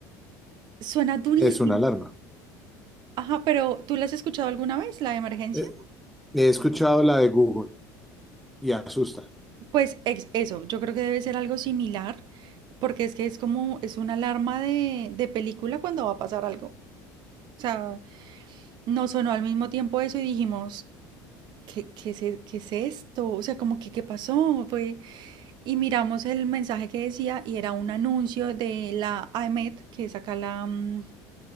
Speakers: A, on the right (about 55°); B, in the centre.
A: suena durísimo.
B: es una alarma.
A: Ajá, pero ¿tú la has escuchado alguna vez, la de emergencia?
B: Eh, He escuchado la de Google. y asusta.
A: Pues ex- eso, yo creo que debe ser algo similar, porque es que es como, es una alarma de, de película cuando va a pasar algo. O sea, nos sonó al mismo tiempo eso y dijimos, ¿qué, qué es, e- qué es esto? O sea, como que, ¿qué pasó? Fue, Y miramos el mensaje que decía y era un anuncio de la AEMET, que es acá la, mm,